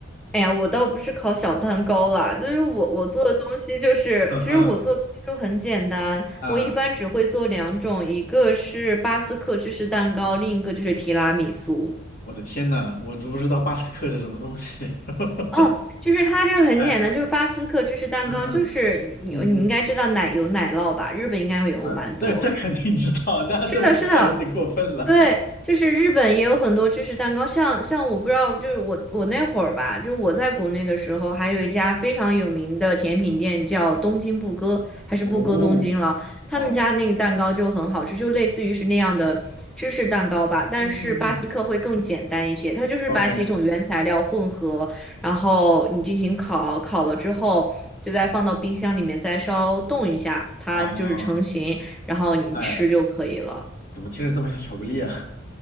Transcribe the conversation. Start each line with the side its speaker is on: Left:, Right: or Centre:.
Centre: 哎呀，我倒不是烤小蛋糕啦，就是我我做的东西就是，
Left: 嗯嗯
Centre: 其实我做的东西就很简单，
Left: 啊，
Centre: 我一般只会做两种，一个是巴斯克芝士蛋糕，另一个就是提拉米苏。
Left: 我的天呐，我都不知道巴斯克是什么东西。<laughs>
Centre: 哦，就是它这个很简单，
Left: 哎，
Centre: 就是巴斯克芝士蛋糕，
Left: 嗯嗯
Centre: 就是你你应该知道奶油奶酪吧，
Left: 嗯嗯，
Centre: 日本应该会有蛮多。
Left: 呃，这这肯定知道，那这不知道有点过分了。
Centre: 是的，是的，对，
Left: <laughs>
Centre: 就是日本也有很多芝士蛋糕，像像我不知道，就是我我那会儿吧，
Left: 嗯嗯，
Centre: 就是我在国内的时候，还有一家非常有名的甜品店叫东京布歌，还是布歌东京了，
Left: 哦
Centre: 他们家那个蛋糕就很好吃，
Left: 哦，
Centre: 就类似于是那样的芝士蛋糕吧，但是巴斯克会更简单一些，
Left: 嗯嗯嗯
Centre: 它就是把几种原材料混合，
Left: ，OK
Centre: 然后你进行烤，烤了之后。就再放到冰箱里面，再稍冻一下，它就是成型，
Left: 啊，
Centre: 然后你吃就可以了。
Left: 哎，怎么听着这么像巧克力啊？